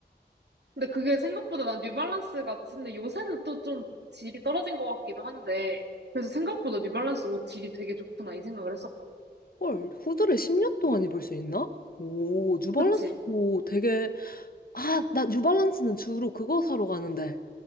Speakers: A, on the right (about 70°); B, on the left (about 55°).
A: 근데 그게 생각보다 난 뉴발란스가, 근데 요새는 또 좀 질이 떨어진 것 같기도 한데, 그래서 생각보다 뉴발란스 옷 질이 되게 좋구나, 이 생각을 했었거든.
B: 헐, 후드를 10년 동안 입을 수 있나? 오, 뉴발란스도
A: 그치?
B: 되게, 아, 나 뉴발란스는 주로 그거 사러 가는데.